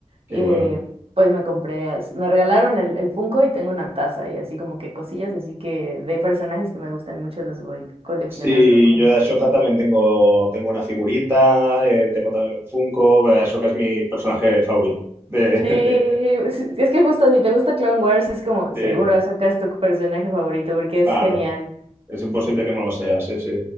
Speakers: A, on the right (about 20°); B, on the right (about 50°).
A: qué
B: eh,
A: bueno.
B: pues me compré, as- me regalaron el, el Funko y tengo una taza y así como que cosillas, así que de personajes que me gustan mucho los voy coleccionando
A: Sí,
B: como...
A: yo de Ashoka también tengo, tengo una figurita, eh, tengo también un Funko. eh, Ashoka es mi personaje favorito. De,
B: Sí,
A: de-
B: es es que justo si te gusta Clone Wars es como
A: de-
B: seguro Ahsoka es tu personaje favorito porque es
A: claro,
B: genial.
A: es imposible que no lo sea, sí, sí.